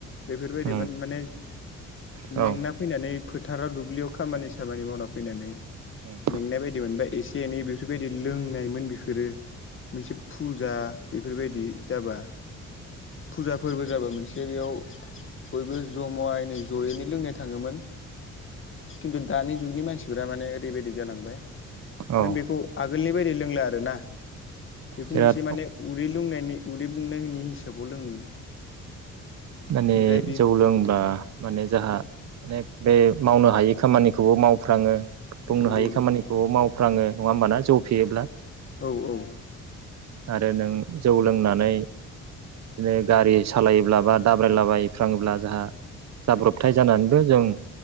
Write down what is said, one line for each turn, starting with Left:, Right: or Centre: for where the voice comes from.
Left: बेफोरबायदिमोन
Right: उम
Left: माने
Right: औ
Left: मेंना फैनानै फोथाराव दुब्लियाव खामानि सामानि मावना फैनानै
Right: उम।
Left: मेंनाय बायदि मोनबा ऐसे एनै बेफोरबायदि लोंनायमोन बिफोरो मोनसे फुजा बेफोरबायदि जाबा फुजा फोरबो जाबा मोनसे बेयाव बयबो ज'मायै जयैनो लोंनाय थाङोमोन खिन्थु दानि जुगनि मानसिफोरा माने ओरैबायदि जालांबाय।
Right: औ
Left: बेखौ आगोलनि बायदि लोंला आरो ना बेखौ
Right: बिराद
Left: मोनसे माने उदै बुंनायनि हिसाबै हिसाबाव लोङो
Right: माने
Left: ओमफ्राय बे
Right: जौ लोंब्ला
Left: औ
Right: माने जाहा अनेक बे मावनो हायि खामानिखौबो मावफ्राङो बुंनो
Left: नंगौ
Right: हायि
Left: नंगौ
Right: खामानिखौ
Left: नोंथां
Right: मावफ्राङो नङा होमबाना जौ फेयोब्ला।
Left: औ औ।
Right: आरो नों जौ लोंनानै बिदिनो गारि। सालायोब्ला बा दाब्रायलाबायफ्राङोब्ला जोंहा जाब्रबथाय जानानैबो जों